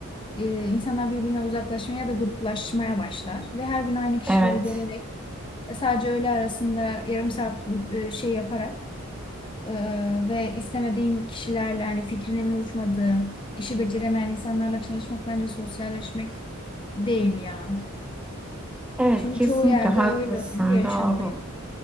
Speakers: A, on the left (about 20°); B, in the centre.
A: e, insanlar birbirine uzaklaşmaya ya da gruplaşmaya başlar. Ve her gün aynı kişileri
B: Evet,
A: görerek e, sadece öğle arasında yarım saat e, şey yaparak ee, ve istemediğin kişilerle hani fikrinin uyuşmadığı, işi beceremeyen insanlarla çalışmak bence sosyalleşmek değil ya.
B: evet
A: Çünkü
B: kesinlikle
A: çoğu yerde
B: haklısın,
A: öyle bu yaşanıyor.
B: doğru.